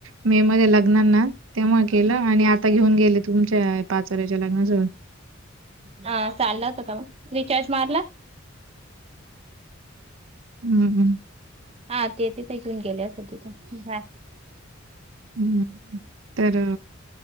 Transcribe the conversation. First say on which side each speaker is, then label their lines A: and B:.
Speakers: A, on the right; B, on the right.
A: मे मध्ये लग्नाना तेव्हा केलं
B: हम्म.
A: आणि आता घेऊन गेले तुमच्या पाचोरायच्या लग्नाजवळ
B: हा चाललं होत का मग रिचार्ज मारला
A: हम्म्
B: हा ते तिथे येऊन गेले अस तिथं बाय
A: हम् तर